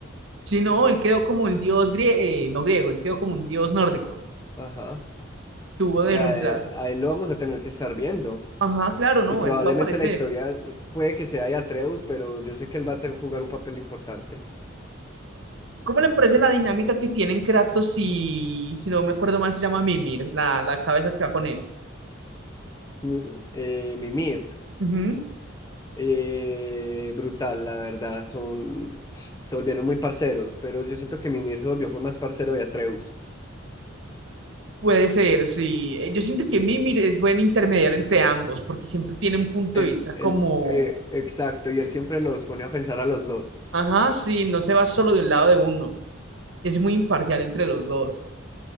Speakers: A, on the right; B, on the left.
A: Sí, no, él quedó como un dios griego, no griego, él quedó como un dios nórdico.
B: Ajá.
A: Tuvo de
B: Ya,
A: reemplazo.
B: eh, a él lo vamos a tener que estar viendo.
A: Ajá, claro, no,
B: Y probablemente
A: él va a aparecer.
B: la historia eh, puede que sea de Atreus, pero yo sé que él va a tener que jugar un papel importante.
A: ¿Cómo le parece la dinámica que tienen Kratos y, si no me acuerdo mal, se llama Mimir, la, la cabeza que va con él?
B: Mi- eh, Mimir.
A: Ujú.
B: eh, brutal, la verdad. Son, se volvieron muy parceros, pero yo siento que Mimir se volvió fue más parcero de Atreus.
A: Puede ser, sí. Eh, Yo siento que Mimir es buen intermediario entre ambos, porque siempre tiene un punto
B: Él,
A: de vista
B: él,
A: como,
B: eh, exacto, y él siempre los pone a pensar a los dos.
A: ajá, sí, no se va solo de un lado de uno. Es, es muy imparcial entre los dos.